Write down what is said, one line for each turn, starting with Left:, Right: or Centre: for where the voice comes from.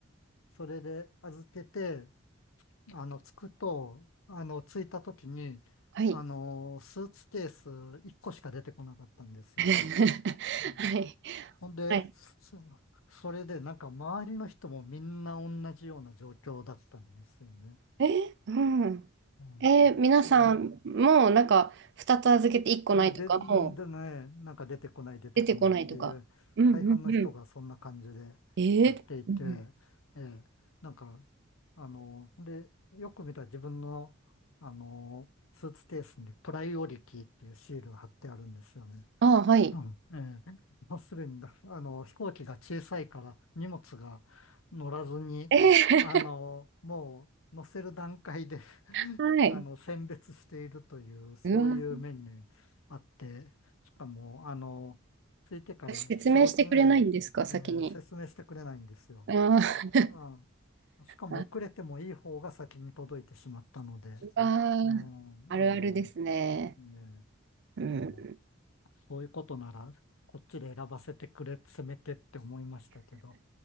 Left: それで預けて、あの、つくと、あの、着いた時に、
Right: はい。
Left: あの、スーツケース1個しか出てこなかったんですよ。
Right: <laughs> はい。
Left: うんほんで、
Right: はい。
Left: そ、それでなんか周りの人もみんな同じような状況だったんですよね。
Right: え、うん。
Left: うん
Right: えー皆さん、
Left: で、
Right: もうなんか、2つ預けて1個ないとか、
Left: で、で、で
Right: もう
Left: ね、なんか出てこない出てこないっていう、
Right: 出てこないとか。うんうんうん。
Left: 大半の人がそんな感じでやっていて、
Right: えーうん
Left: ええ、なんか、あの、で、よく見たら自分の、あの、スーツケースにプライオリティっていうシールが貼ってあるんですよね。
Right: ああ、はい。
Left: うんええ、もうすでにだ、あの、飛行機が小さいから荷物が乗らずに、
Right: え
Left: あの、
Right: え
Left: もう乗せる段階で
Right: <laughs>
Left: <laughs>
Right: はい。
Left: あの、選別しているという、そういう面にあって、
Right: うわ、
Left: しかも、あの、着いてから仕事ね、
Right: 説明してくれないんですか、先に。
Left: ええ説明してくれないんですよ。
Right: あ
Left: うん、しかも遅れてもいい方が先に届いてしまったので、
Right: あ、あ
Left: ね
Right: うわ
Left: え、あの、
Right: あるあるですね。
Left: ねえ、
Right: うん。
Left: あの、そういうことなら、こっちで選ばせてくれ、せめてって思いましたけど。